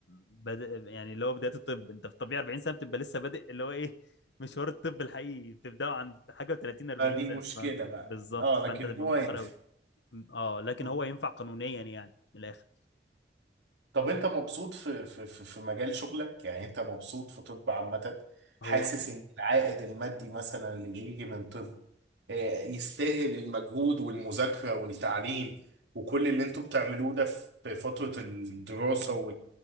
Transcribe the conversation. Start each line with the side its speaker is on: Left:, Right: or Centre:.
Left: بد... يعني اللي هو بدايه الطب انت في الطبيعي 40 سنه بتبقى لسه بادئ اللي هو ايه مشوار الطب الحقيقي بتبداه عند حاجه و30 40
Right: آه، دي
Left: سنه
Right: مشكلة
Left: ف...
Right: بقى
Left: بالظبط
Right: اه
Left: فانت
Right: لكن
Left: تبقى
Right: هو
Left: متاخر
Right: ينفع
Left: قوي اه لكن
Right: مم.
Left: هو ينفع قانونيا يعني من الاخر
Right: طب أنت مبسوط في في في في مجال شغلك؟ يعني أنت مبسوط في طب عامة؟ حاسس
Left: هو
Right: إن العائد المادي مثلا اللي بيجي من طب آه، يستاهل المجهود والمذاكرة والتعليم وكل اللي أنتوا بتعملوه ده في في فترة الدراسة